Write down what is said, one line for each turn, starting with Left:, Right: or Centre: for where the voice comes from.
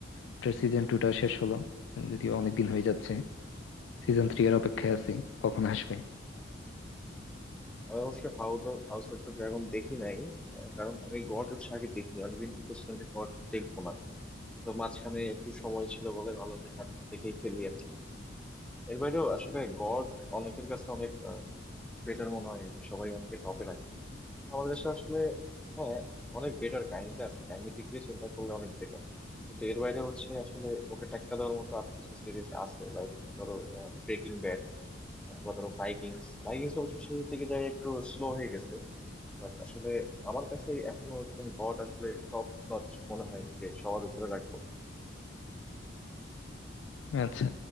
Left: ওটার সিজন টু টা শেষ হলো যদিও অনেকদিন হয়ে যাচ্ছে সিজন থ্রি এর অপেক্ষায় আছি কখন আসবে
Centre: আমি অবশ্য হাউ দ্য হাউস অফ দ্য ড্রাগন দেখি নাই আহ, কারণ আমি গড হচ্ছে আগে দেখিনি অনেকদিন ঠিক করছিলাম যে গড দেখবো না কিন্তু মাঝখানে একটু সময় ছিল বলে ভাবলাম যে থাক, দেখেই ফেলি আর কি এর বাইরেও আসলে গড অনেকের কাছে অনেক বেটার মনে হয় সবাই অনেকে টপে রাখে আমার কাছে আসলে হ্যাঁ অনেক বেটার কাহিনীটা আছে কাহিনীর দিক থেকে চিন্তা করলে অনেক বেটার কিন্তু এর বাইরে হচ্ছে আসলে ওকে টেক্কা দেওয়ার মতো আর কিছু সিরিজ আছে লাইক ধরো ব্রেকিং ব্যাড অথবা ধরো ভাইকিংস ভাইকিংস অবশ্য শেষের দিকে যায় একটু স্লো হয়ে গেছে বাট আসলে আমার কাছে এখনো একদম গড আসলে টপ নচ মনে হয় যে সবার উপরে রাখবো
Left: আচ্ছা